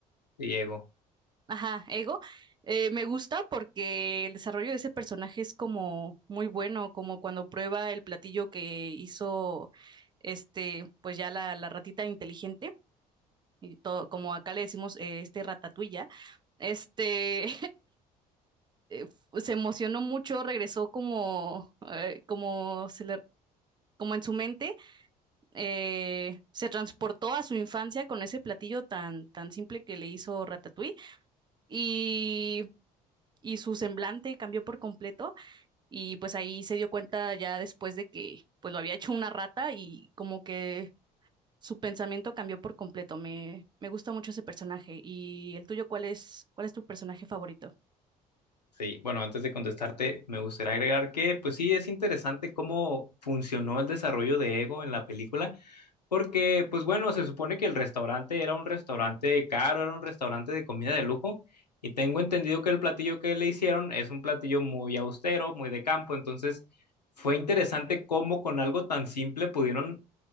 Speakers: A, on the left; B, on the right.
A: Diego?
B: Ajá, Ego, eh, me gusta porque el desarrollo de ese personaje es como muy bueno, como cuando prueba el platillo que hizo este, pues ya la, la ratita inteligente, y todo, como acá le decimos, eh, este ratatouille, este, <laughs> se emocionó mucho, regresó como, eh, como se le, como en su mente, eh, se transportó a su infancia con ese platillo tan, tan simple que le hizo Ratatouille y, y su semblante cambió por completo. Y pues ahí se dio cuenta ya después de que pues lo había hecho una rata y como que su pensamiento cambió por completo. Me, me gusta mucho ese personaje. ¿Y el tuyo cuál es, cuál es tu personaje favorito?
A: Sí, bueno, antes de contestarte, me gustaría agregar que, pues sí, es interesante cómo funcionó el desarrollo de Ego en la película, porque, pues bueno, se supone que el restaurante era un restaurante caro, era un restaurante de comida de lujo, y tengo entendido que el platillo que le hicieron es un platillo muy austero, muy de campo, entonces fue interesante cómo con algo tan simple pudieron